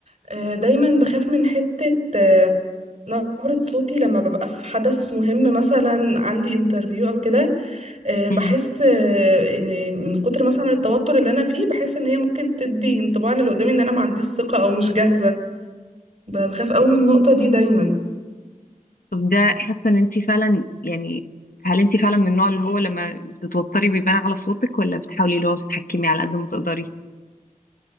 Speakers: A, on the right; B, on the left.
A: آه، دايما بخاف من حتة آه، نبرة صوتي لما ببقى في حدث مهم مثلا عندي انترفيو او كده آه، بحس
B: مم.
A: آه، آه، من كتر مثلا التوتر اللي انا فيه بحس ان هي ممكن تدي انطباع للي قدامي ان انا ما عنديش ثقة او مش جاهزة ب- بخاف قوي من النقطة دي دايما
B: طب ده حاسه ان انت فعلا يعني هل انت فعلا من النوع اللي هو لما بتتوتري بيبان على صوتك ولا بتحاولي اللي هو تتحكمي على قد ما تقدري